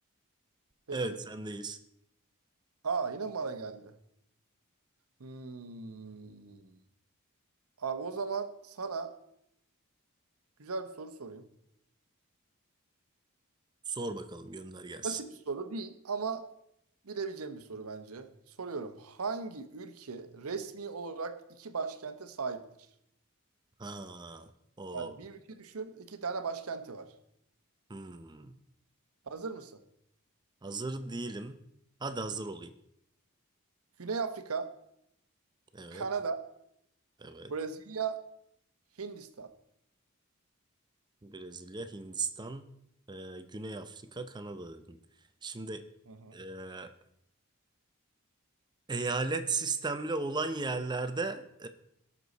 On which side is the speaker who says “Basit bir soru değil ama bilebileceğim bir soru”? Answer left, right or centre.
Right